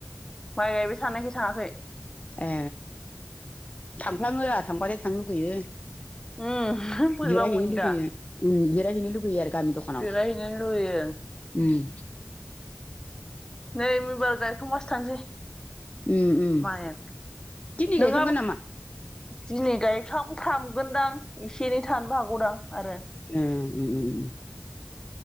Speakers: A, on the left; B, on the left.
A: माइ गायबाय थानायखाय थाङाखै।
B: ए थांफ्लाङो आहा थांबाथाय थांनो लुुगैयो।
A: उम। बोरैबा
B: जिरायहैनो
A: मोनो
B: लुुगैयो
A: दा
B: उम जिरायहैनो लुगैयो आरो गामि दखानाव।
A: बेरायहैनो
B: उम।
A: लुुबैयो नै मैबार गायखांबासो थांसै।
B: उम उम।
A: मायानो
B: दिनै
A: नोंहाबो
B: गायखांगोन नामा?
A: दिनै गायख्लांफ्रामगोनदां एसे एनै थानो हागौदां आरो।
B: उम उम उम उम